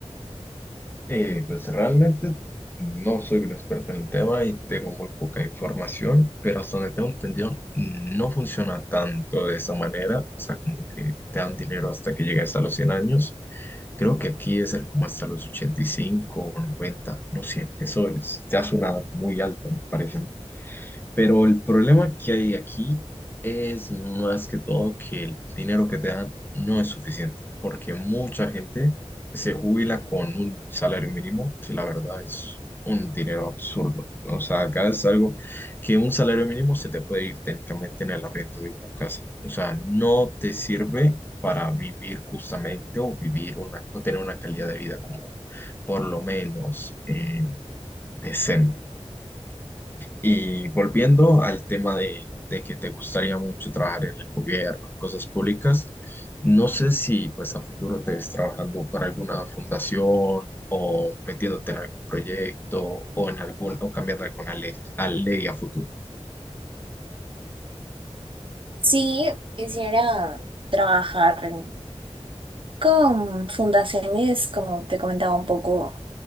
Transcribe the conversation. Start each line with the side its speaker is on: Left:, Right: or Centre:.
Left: Eh, pues realmente no soy un experto en el tema y tengo muy poca información, pero hasta donde tengo entendido no funciona tanto de esa manera, o sea, como que te dan dinero hasta que llegues a los 100 años. Creo que aquí es el- como hasta los 85 o 90 no 100 eso es, ya es una edad muy alta, me parece. Pero el problema que hay aquí es más que todo que el dinero que te dan no es suficiente, porque mucha gente se jubila con un salario mínimo, que la verdad es un dinero absurdo. O sea, acá es algo que un salario mínimo se te puede ir técnicamente en el arriendo de una casa. O sea, no te sirve para vivir justamente o vivir una, o tener una calidad de vida como por lo menos eh, decente. Y volviendo al tema de, de que te gustaría mucho trabajar en el gobierno, en cosas públicas, no sé si pues a futuro te ves trabajando para alguna fundación o metiéndote en algún proyecto o en algún o cambiando alguna ley a ley a futuro.
Right: Sí, quisiera trabajar con fundaciones, como te comentaba un poco